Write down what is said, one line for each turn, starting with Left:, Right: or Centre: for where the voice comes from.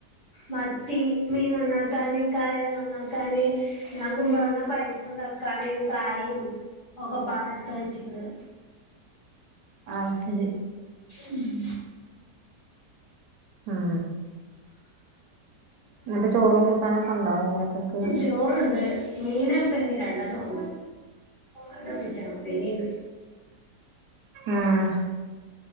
Left: മത്തി മീൻ നന്നാക്കാന് കായ നന്നാക്കാന് ഞാൻ കുമ്പളങ്ങ പരിപ്പും തക്കാളിയും കായും ഒക്കെ പാടെ ഇട്ടിട്ടാ വച്ചക്കണ്
Right: ആഹ് ശരി
Left: ഉം
Right: ഉം എന്നിട്ട് ചോറും കൂട്ടാനൊക്കെ ഉണ്ടോ വൈന്നേരത്തേക്ക്
Left: ചോറുണ്ട് മീനപ്പന്നീ രണ്ടെണ്ണം ഒള്ളു അങ്ങട്ട് ഒപ്പിച്ചണം ഉപ്പേരിയുണ്ട്
Right: ആഹ്